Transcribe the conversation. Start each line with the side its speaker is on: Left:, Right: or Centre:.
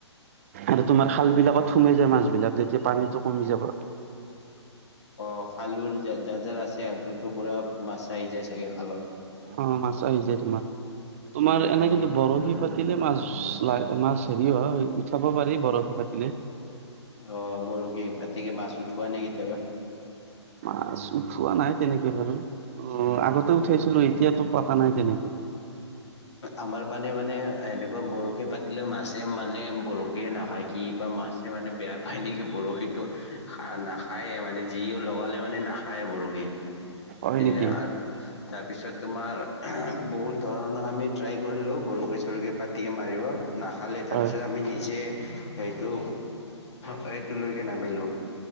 Right: আৰু তোমাৰ শাল বিলাকত থুমে যায় মাছবলাক যেতিয়া পানীতটো কমি যাব।
Left: অ, খালোৰ য, যাৰ, যাৰ আছে। সিহঁতৰো পুৰা মাছা আহি যাই চাগে খালত।
Right: অ, মাছ আহি যায়। তোমাৰ, তোমাৰ এনে
Left: উম,
Right: কিন্তু বৰশী পাতিলে মাছ লাই মাছ হেৰি অ, উঠাব পাৰি বৰফী পাতিলে।
Left: অ, বৰশী বতিকে মাছ উঠোৱা নাই কেতিয়াবা।
Right: মাছ উঠোৱা নাই। তেনেকে বাৰু অ, আগতে উঠাইছিলো এতিয়াতো পতা নাই তেনেকে।
Left: আমাৰ পানী মানে এনেকুৱা বৰশী পাত মাছে মানে বৰশীয়ে নাখায় কি বা মাছে মানে বেয়া পায় নেকি বৰশীতো খাই। আৰু নাখায়ে মানে যিও লগালে মানে নাখায়ে বৰশী।
Right: হয়
Left: এ,
Right: নেকি?
Left: আৰু তাৰপিছত তোমাৰ বহুত ধৰণৰ আমি ট্ৰাই কৰিলোঁ, বৰকৈ চৰুকী পাতিকৈ মাৰিব নাখালে, তাৰপিছত
Right: হয়
Left: আমি নিজে সেইটো, সেইটোলৈকে নামিলোঁ।